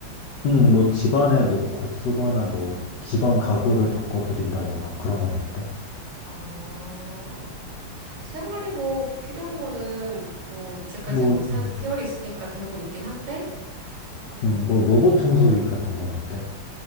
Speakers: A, on the left (about 80°); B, on the right (about 85°).
A: 음, 뭐 집안에 놓고 쓰거나 뭐 집안 가구를 바꿔드린다거나 그런 건 어때?
B: 아, 생활에 뭐 필요한 거는 뭐 이제까지
A: 뭐,
B: 뭐 산,
A: 음,
B: 세월이 있으니까 대부분 있긴 한데, 어,
A: 음, 뭐 로봇 청소기 같은 건 어때?